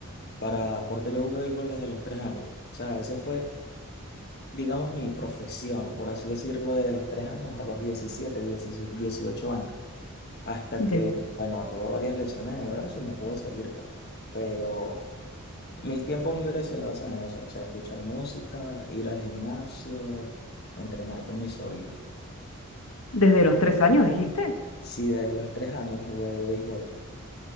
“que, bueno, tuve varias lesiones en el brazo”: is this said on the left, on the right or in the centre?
Left